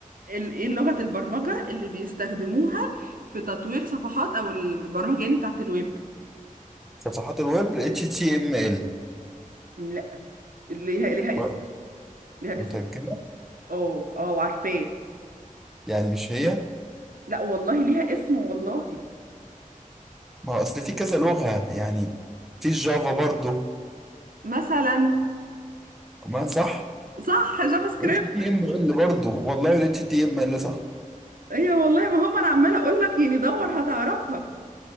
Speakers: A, on the right; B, in the centre.
A: ال- ايه لغه البرمجه اللي بيستخدموها في تطوير صفحات او البرامج يعني بتاعت الويب
B: صفحات الويب ال اتش تي ام ال
A: لا ليها ليها
B: بقى
A: اسم ليها
B: متاكده
A: اسم اه اه عارفاه
B: يعني مش هي
A: لا والله ليها اسم والله
B: ما هو اصل في كذا لغه يعني في الجافا برضو
A: مثلا
B: ما صح
A: صح جافا سكريبت
B: اتش تي ام ال برضه والله الاتش تي ام ال صح
A: ايوه والله ما هم انا عماله اقول لك يعني دور هتعرفها